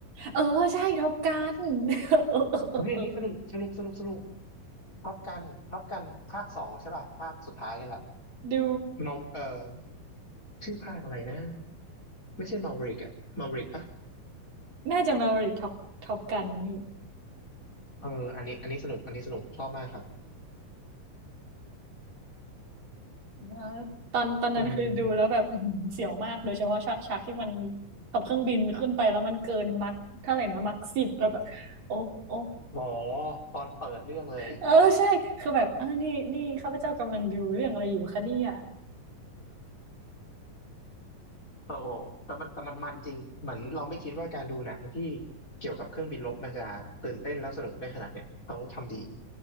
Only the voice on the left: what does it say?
เฮ้ยอันนี้สนุกสนุกสนุกสนุกท็อปกันท็อปกันภาคสองใช่ป่ะภาคสุดท้ายนี่แหละ
เมาเอ่อชื่อภาคอะไรนะ ไม่ใช่มา v e ริกอะมาริกปะ
เอออันนี้อันนี้สนุกอันนี้สนุกชอบมากครับ
เออ
อ๋อตอนเปิดเรื่องเลย
โอ้โหแต่มันแต่มันมันจริงเหมือนเราไม่คิดว่าการดูหนังที่เกี่ยวกับเครื่องบินรบมันจะตื่นเต้นและสนุกได้ขนาดเนี้ยเขาทำดี